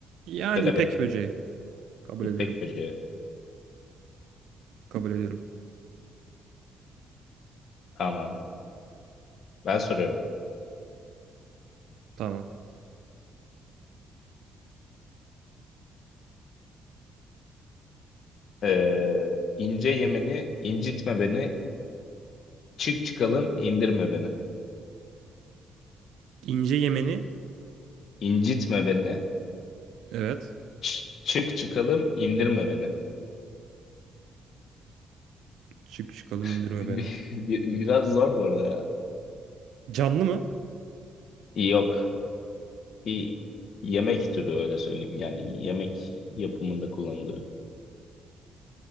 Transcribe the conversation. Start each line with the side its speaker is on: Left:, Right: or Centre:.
Right: Yani
Left: Kelebek.
Right: ipek böceği. Kabul
Left: İpek
Right: ediyorum.
Left: böceği.
Right: Kabul ediyorum.
Left: Tamam. Ben soruyorum.
Right: Tamam.
Left: Ee, ince yemeni, incitme beni, Çık çıkalım indirme beni.
Right: İnce yemeni,
Left: İncitme beni.
Right: evet.
Left: Ç- çık çıkalım indirme beni.
Right: Çık çıkalım
Left: <laughs>
Right: indirme
Left: Bir-
Right: beni.
Left: bir- Biraz zor bu arada ya.
Right: Canlı mı?
Left: Yok. Bir yemek türü öyle söyleyeyim. Yani yemek yapımında kullanılıyor.